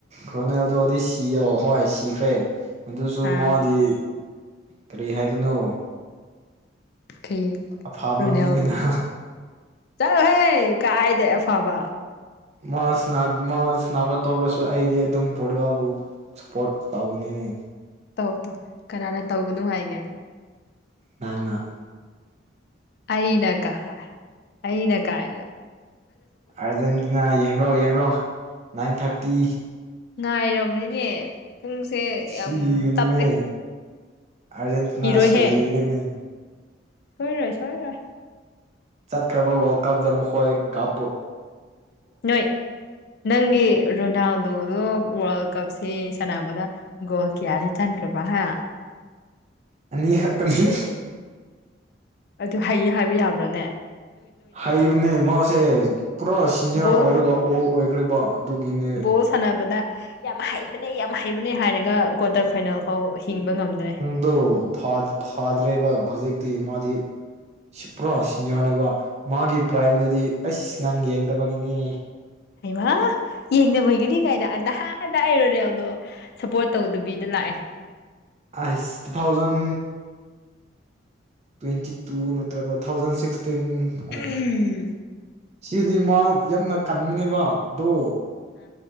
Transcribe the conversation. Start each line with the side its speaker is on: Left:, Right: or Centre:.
Right: ꯔ꯭ꯔꯣꯅꯦꯜꯗꯣꯗꯤ ꯁꯤꯌꯑꯣ ꯍꯣꯏ ꯁꯤꯈ꯭ꯔꯦ ꯑꯗꯨꯁꯨ
Left: ꯑ
Right: ꯃꯥꯗꯤ ꯀꯔꯤ ꯍꯥꯏꯒꯅꯣ
Left: ꯍꯌꯦꯡ
Right: ꯑꯐꯕ
Left: ꯔꯣꯅꯦꯜꯗꯣ
Right: ꯃꯤꯅꯤꯅ
Left: ꯆꯠꯂꯣꯍꯦ ꯀꯥꯏꯗ ꯑꯐꯕ
Right: ꯃꯥꯁ ꯃꯥꯁ ꯅꯥꯕ ꯇꯧꯈ꯭ꯔꯁꯨ ꯑꯩꯗꯤ ꯑꯗꯨꯝ ꯄꯣꯠꯒꯕꯨ ꯁꯞꯄꯣꯔꯠ ꯇꯧꯧꯕꯅꯤꯅꯦ
Left: ꯇꯧ ꯇꯣ ꯀꯅꯥꯅ ꯇꯧꯒꯅꯨ ꯍꯥꯏꯒꯦ
Right: ꯅꯪꯅ
Left: ꯑꯩꯅ ꯀꯥꯏꯦ ꯑꯩꯅ ꯀꯥꯏꯗ
Right: ꯑꯔꯖꯦꯟꯇꯤꯅꯥ ꯌꯦꯡ꯭ꯔꯣ ꯌꯦꯡ꯭ꯔꯣ ꯅꯥꯏꯟ ꯊꯥꯔꯇꯤ
Left: ꯉꯥꯏꯔꯕꯅꯤꯅꯦ ꯄꯨꯡꯁꯦ
Right: ꯁꯤꯅꯤꯅꯦ
Left: ꯌꯥꯝ ꯇꯞꯄꯦ
Right: ꯑꯔꯖꯦꯟꯦꯟꯇꯤꯅꯥ
Left: ꯁꯤꯔꯣꯏꯍꯦ
Right: ꯁꯣꯏꯗꯔꯦꯅꯦ
Left: ꯁꯣꯏꯔꯣꯏ ꯁꯣꯏꯔꯔꯣꯏ
Right: ꯆꯠꯈ꯭ꯔꯕ ꯋꯥꯔꯜ ꯀꯞꯇ ꯃꯈꯣꯏ ꯀꯥꯞ
Left: ꯅꯣꯏ ꯅꯪꯒꯤ ꯔꯣꯅꯥꯜꯗꯣꯗꯣ ꯋꯥꯔꯜ ꯀꯞꯁꯤ ꯁꯥꯟꯅꯕꯗ ꯒꯣ ꯀꯦꯌꯥ ꯔꯤꯇꯔꯟꯈꯕ ꯍꯥ
Right: ꯑꯅꯤꯈꯛꯇꯅꯤ
Left: ꯑꯗꯨ ꯍꯌꯦ ꯍꯥꯏꯕ ꯌꯥꯕ꯭ꯔꯣꯅꯦ
Right: ꯍꯩꯕꯅꯦ ꯃꯥꯁꯦ ꯄꯨꯔꯥ ꯁꯤꯅꯤꯌꯔ
Left: ꯕꯣꯜ
Right: ꯑꯣꯏꯔꯒ ꯑꯣꯜ ꯑꯣꯏꯈ꯭ꯔꯦꯕ ꯑꯗꯨꯒꯤꯅꯦ
Left: ꯕꯣꯜ ꯁꯥꯟꯅꯕꯗ ꯌꯥꯝ ꯍꯩꯕꯅꯦ ꯌꯥꯝ ꯍꯩꯕꯅꯦ ꯍꯥꯏꯔꯒ ꯀ꯭ꯋꯥꯇꯔ ꯐꯥꯏꯅꯦꯜ ꯐꯥꯎ ꯍꯤꯡꯕ ꯉꯝꯗ꯭ꯔꯦ
Right: ꯑꯣ ꯐꯥꯗ꯭ꯔꯦꯕ ꯍꯧꯖꯤꯛꯇꯤ ꯃꯥꯗꯤ ꯁꯤ ꯄꯨꯔꯥ ꯁꯤꯅꯤꯌꯔꯅꯦꯕ ꯃꯥꯒꯤ ꯄ꯭ꯔꯥꯏꯝꯗꯨꯗꯤ ꯑꯩꯁ ꯅꯪ ꯌꯦꯡꯗꯕꯒꯤꯅꯦ
Left: ꯍꯩꯃ ꯌꯦꯡꯅꯕꯒꯤꯗꯤ ꯀꯥꯏꯅ ꯅꯍꯥꯟꯗ ꯑꯩꯔꯣꯅꯦꯦꯜꯗꯣ ꯁꯞꯄꯣꯔꯠ ꯇꯧꯗꯕꯤꯗ ꯂꯥꯛꯑꯦ
Right: ꯑ ꯁꯤ ꯇꯨ ꯊꯥꯎꯖꯟ ꯇ꯭ꯋꯦꯟꯇꯤ ꯇꯨ ꯅꯠꯇ꯭ꯔꯒ ꯊꯥꯎꯖꯟ ꯁꯤꯛꯁꯇꯤꯟ ꯑꯣ
Left: ꯎꯝ
Right: ꯁꯤꯗꯤ ꯃꯥ ꯌꯥꯝꯅ ꯀꯟꯕꯅꯦꯕ ꯑꯗꯣ
Left: ꯑ